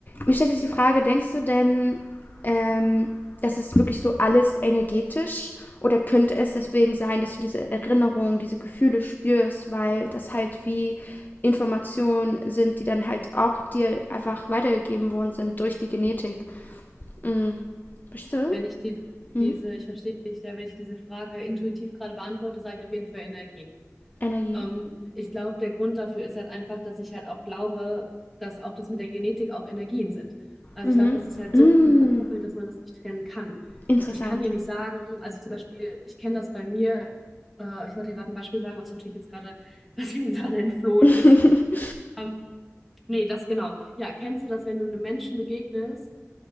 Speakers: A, on the left; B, in the centre.
A: mir stellt sich die Frage, denkst du denn, ähm, das ist wirklich so alles energetisch? Oder könnte es deswegen sein, dass du diese Erinnerungen, diese Gefühle spürst, weil das halt wie Informationen sind, die dann halt auch dir einfach weitergegeben worden sind durch die Genetik? Mhm. Verstehst du?
B: Wenn ich die,
A: Mhm.
B: diese, ich verstehe dich, ja, wenn ich diese Frage intuitiv gerade beantworte, sage ich auf jeden Fall Energien.
A: Energie.
B: Ähm, ich glaube, der Grund dafür ist halt einfach, dass ich halt auch glaube, dass auch das mit der Genetik auch Energien sind. Also
A: Mhm.
B: ich glaube, das ist halt
A: Mhm.
B: so
A: Mm.
B: eng verkoppelt, dass man das nicht trennen kann.
A: Interessant.
B: Ich kann dir nicht sagen, also zum Beispiel, ich kenne das bei mir, äh, ich wollte dir gerade ein Beispiel sagen, was ich natürlich jetzt gerade, <laughs> was mir gerade entflohen
A: <laughs>
B: ist. Ähm, nee, das genau. Ja, kennst du das, wenn du einem Menschen begegnest,